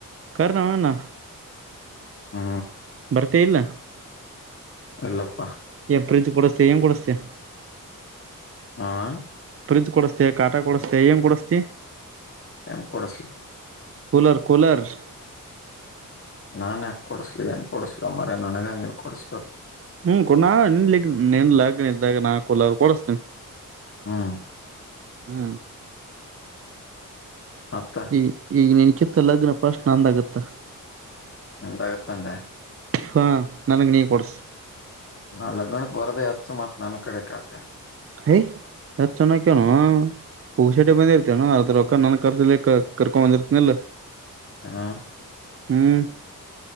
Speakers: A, on the right (about 40°); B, on the left (about 40°).
A: ಕರೇನೋ ಅಣ್ಣಾ
B: ಹು
A: ಬರ್ತಿ ಇಲ್ಲ
B: ಇಲ್ಲಪ್ಪಾ
A: ಫ್ರಿಜ್ ಕೊಡಿಸ್ತೀಯ ಏನ್ ಕೊಡಿಸ್ತೀಯ
B: ಅಆಆಆ
A: ಫ್ರಿಜ್ ಕೊಡಿಸ್ತೀಯ ಕಾಟಾ ಕೊಡಿಸ್ತೀಯ ಏನು ಕೊಡಿಸ್ತೀ
B: ಯಾಕ್ ಕೊಡಸ್ಲಿ
A: ಕೂಲರ್ ಕೂಲರ್ ಟ್ಟ್ಟಕ್
B: ನಾನ್ ಯಕ ಕೊಡ್ಸ್ಲಿ ಏನ್ ಕೊಡ್ಸ್ಲ ಮ್ರ ನನ್ಗ ನೀವ್ ಕೊಡ್ಸ್ಬೇಕು
A: ಹ್ಮ್ ಕೊ ನಾ ನಿನ್ಲಿ ನಿನ್ಲಗ್ ಇದ್ದಾಗ ನಾ ಕೊಲರು ಕೊಡಿಸತೇನಿ
B: ಹಾ
A: ಹ್ಮ
B: ಮತ್ತ
A: ಹ ಈಗ ನೆನ ಕೆಿತ್ತ ಲಗ್ನ ಪ್ರಶ್ಣ ಅಂದಾಗತ್ತಾ
B: ಎಂತಾಗುತ್ತ ಅಂದೆ
A: ಹಾ ನನಗ್ ನೀ ಕೊಡ್ಸ
B: ನಾ ಲಗ್ನಕ್ ಬರದೇ ಅತ್ಸು ಮತ್ ನನ್ ಕಡೆ ಕತ
A: ಯ್ ಅತ್ ಚೆನ್ನಕ್ಯನು ಪೂಗ ಶಟಿ ಬಂದಿರ್ತವಾನ ಅರ್ದ ರಕ ನನ್ನ ಕರ್ಸಲಿ ಕರ್ಕೊ ಬಂದಿರ್ತನಿಲ್ಲ
B: ಹಾ
A: ಹ್ಮ್